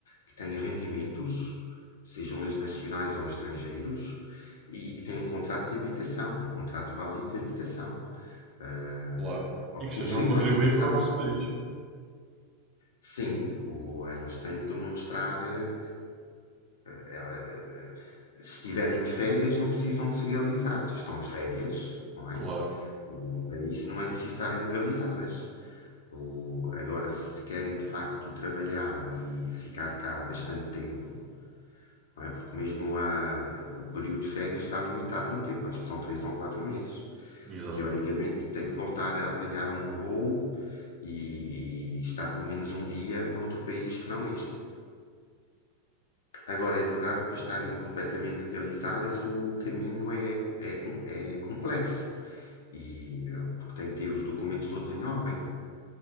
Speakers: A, on the left; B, on the right.
A: que têm rendimentos, sejam eles nacionais ou estrangeiros, e que têm um contrato de habitação, um contrato válido de habitação uh,
B: claro.
A: ou
B: E que
A: que
B: estejam
A: possuem
B: a contribuir
A: uma habitação,
B: para o nosso país.
A: não é? Sim, ou elas têm que demonstrar. uh, ela- eh, se estiverem de férias, não precisam de se legalizar. Se estão de férias, não é?
B: Claro,
A: O- para isso não é preciso estarem legalizadas. O- agora, se querem de facto trabalhar e ficar cá bastante tempo, não é? Porque mesmo a- o período de férias está limitado no tempo, acho que são três ou quatro meses.
B: exato,
A: Teoricamente, tem que voltar a apanhar um voo e, e estar pelo menos um dia noutro país que não este. Agora, é verdade que para estarem completamente legalizadas o caminho é, é, é complexo e eh, porque tem que ter os documentos todos em ordem.